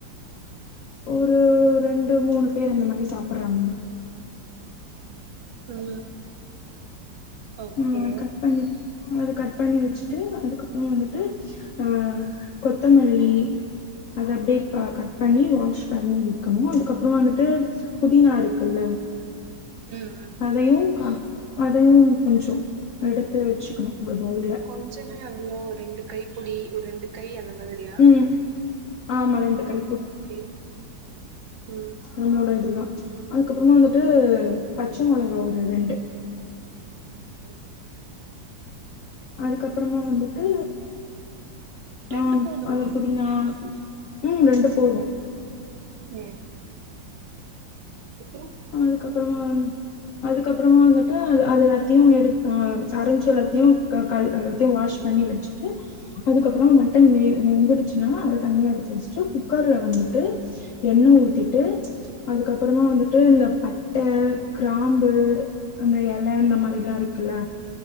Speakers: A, on the left (about 80°); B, on the right (about 80°).
A: ஒரு ரெண்டு மூணு பேர் அந்த மாரி சாப்புடுறாங்க
B: ம் ஓகே
A: ம் கட் பண்ணி அத கட் பண்ணி வச்சுட்டு அதுக்கப்புறோ வந்துட்டு அ கொத்தமல்லி அத அப்டியே க கட் பண்ணி வாஷ் பண்ணி வக்கணு அதுக்கப்றமா வந்துட்டு புதினா இருக்குல்ல
B: ம் ம்
A: அதையும் கா அதையும் கொஞ்சொ எடுத்து வச்சுக்கணு அப்றோ தோழி
B: கொஞ்சனா எவ்ளோ ரெண்டு கை புடி ஒரு ரெண்டு கை அந்த மாதிரியா
A: ம் ஆமா ரெண்டு கை
B: ஓகே ம்
A: நம்மளோட இதுதா அதுக்கப்புறமா வந்துட்டு பச்ச மொளகா ஒரு ரெண்டு
B: <unintelligible>
A: அதுக்கப்புறமா வந்துட்டு
B: ரெண்டு
A: ஆ
B: போதுமா
A: அத புதினா ம் ரெண்டு போது
B: ம் எத்துன
A: அதுக்கப்புறமா அதுக்கப்புறமா வந்துட்டு அது அது எல்லாத்தையு எடுத் அ அரைஞ்சு எல்லாத்தையு க கழு க எல்லாத்தையு வாஷ் பண்ணி வச்சுட்டு அதுக்கப்புறோ மட்டன் வெ வெந்துடுச்சுன்னா அத தனியா எடுத்து வச்சுட்டு குக்கர்ல வந்துட்டு எண்ண ஊத்திட்டு அதுகப்புறமா வந்து ட்டு இந்த பட்ட கிராம்பு அந்த எல ஆந்த மாரிலா இருக்குல்ல